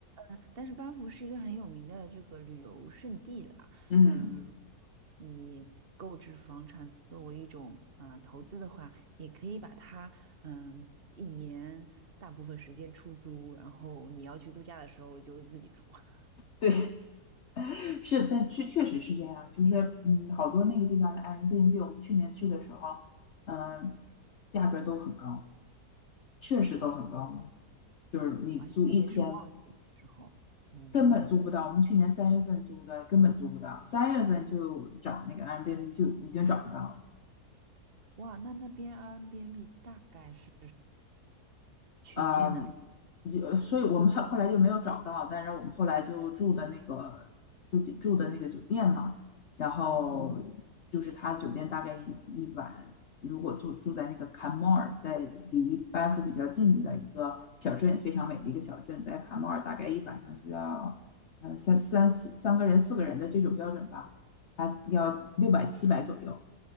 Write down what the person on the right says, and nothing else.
嗯，但是班夫是一个很有名的这个旅游胜地啦。
嗯，如果你购置房产作为一种啊、呃投资的话，也可以把它嗯一年大部分时间出租，然后你要去度假的时候就自己住。<laughs>
嗯，而且特别是旺季的时候，嗯，
哇，那那边 Airbnb 大概是
区间呢？
啊、